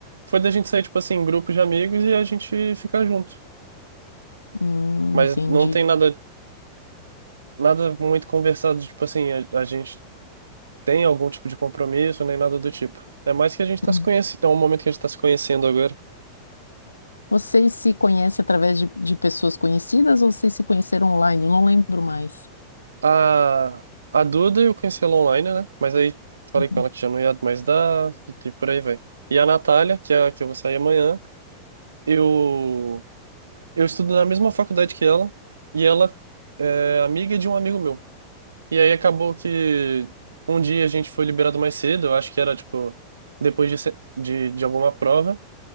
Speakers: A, on the right; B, on the left.
A: foi da gente sair, tipo assim, em grupo de amigos e a gente ficar junto.
B: Hum,
A: Mas
B: entendi.
A: não tem nada, nada muito conversado, tipo assim, a, a gente tem algum tipo de compromisso, nem nada do tipo. É mais que a gente tá
B: Uhum.
A: se conhecendo, é um momento que a gente tá se conhecendo agora.
B: Vocês se conhecem através de, de pessoas conhecidas ou vocês se conheceram online? Eu não lembro mais.
A: A, a Duda eu conheci ela online, né? Mas aí falei
B: Uhum.
A: com ela que já não ia mais dar, e, e por aí vai. E a Natália, que é a que eu vou sair amanhã, eu, eu estudo na mesma faculdade que ela, e ela é amiga de um amigo meu. E aí acabou que um dia a gente foi liberado mais cedo, eu acho que era tipo depois de, se- de, de alguma prova.